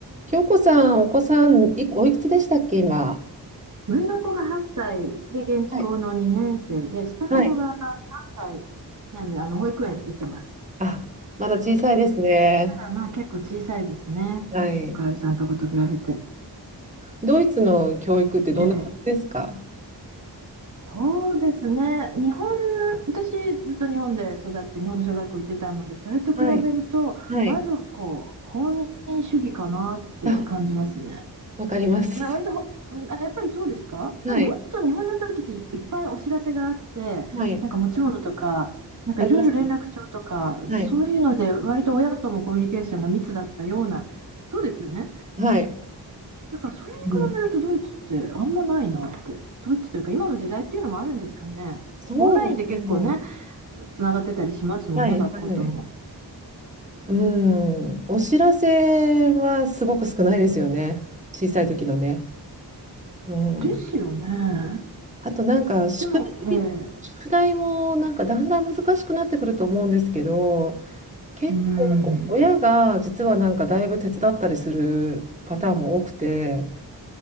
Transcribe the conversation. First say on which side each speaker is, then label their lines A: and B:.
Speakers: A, on the right; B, on the right.
A: 京子さん、お子さん、い、おいくつでしたっけ、今。
B: 上の子が8歳で現地校の2年生で、
A: はい。
B: 下の子が
A: はい。
B: 3歳なんで、あの保育園行ってます。
A: あ、まだ小さいですね。
B: まだまあ結構小さいですね。
A: はい。
B: きっとかおりさんとこと比べて。
A: ドイツの教育ってどんな感じですか
B: ええ、そうですね。日本、私ずっと日本で育って日本の小学校行ってたので、それと比べると、
A: はい。はい。
B: だいぶこう、放任主義かなって感じますね。
A: あ、わかります。
B: まあ、割とほ、うんあやっぱりそうですかなんかもっと日本の時っていいっぱいお知らせがあって、
A: はい。はい。
B: なんか持ち物とか、なんかいろいろ連絡帳とか、
A: ありますね。はい。
B: そういうので割と親ともコミュニケーションが密だったような、そうですよね。
A: はい。
B: だからそれに比べるとドイツってあんまないなって、
A: うん、
B: ドイツというか今の時代っていうのもあるんですかね。
A: そうですね。
B: オンラインで結構ね、つながってたりしますもんね、
A: はい。
B: 学校とも。
A: はい。うん。お知らせはすごく少ないですよね。小さい時のね。うん。
B: ですよね。
A: あとなんか宿題、
B: でも、ええ、
A: 宿題もなんかだんだん難しくなってくると思うんですけど、結構親が実はなんかだいぶ手伝ったりするパターンも多くて、
B: うーん。